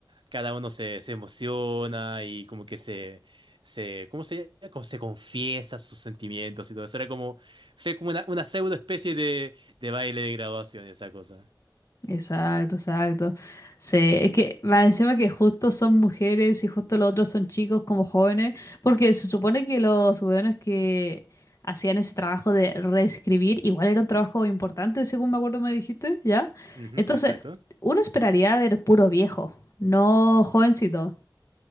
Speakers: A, on the right; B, on the left.
A: cada uno se, se emociona y como que se, se, ¿cómo se llama? Como se confiesa sus sentimientos y todo eso. Era como, fue como una, una pseudo especie de, de baile de graduación, esa cosa.
B: Exacto, exacto. Sí, es que más encima que justo son mujeres y justo los otros son chicos como jóvenes, porque se supone que los jóvenes que hacían ese trabajo de reescribir, igual era un trabajo importante, según me acuerdo me dijiste, ¿ya?
A: Ujú,
B: Entonces,
A: exacto,
B: uno esperaría ver puro viejo, no jovencito.